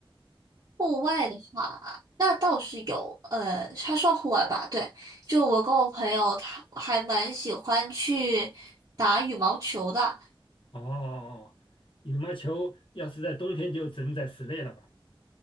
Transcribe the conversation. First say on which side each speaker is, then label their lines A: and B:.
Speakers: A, on the right; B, on the left.
A: 户外的话，那倒是有，呃，它算户外吧？对，就我跟我朋友，他还蛮喜欢去打羽毛球的，
B: 哦哦，羽毛球要是在冬天就只能在室内了吧，